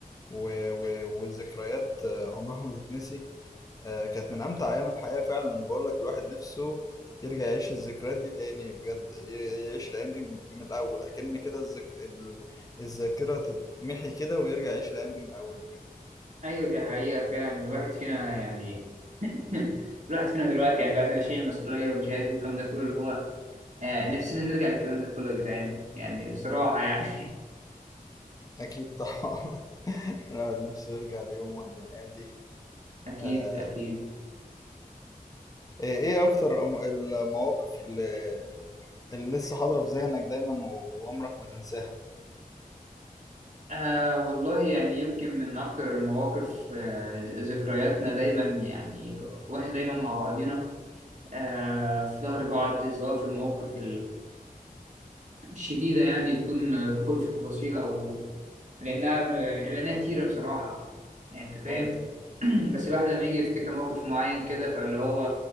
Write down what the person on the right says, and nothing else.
أيوة دي حقيقة فعلا الواحد فينا يعني <laughs> الواحد فينا دلوقتي يعني بعد ما شايل المسؤولية ومش عارف إيه والكلام ده كله اللي هو آه، نفسنا نرجع للكلام ده كله يا جدعان يعني بصراحة يعني
<laughs> أكيد
أكيد
آه والله يعني يمكن من أكتر المواقف آه ذكرياتنا دايما يعني وإحنا دايما مع بعضينا آه في ظهر بعض سواء في المواقف شديدة يعني بدون دخول في تفاصيل أو لأنها لأنها كتيرة بصراحة يعني أنت فاهم
<clears throat> بس الواحد لما يجي يفتكر موقف معين كده فاللي هو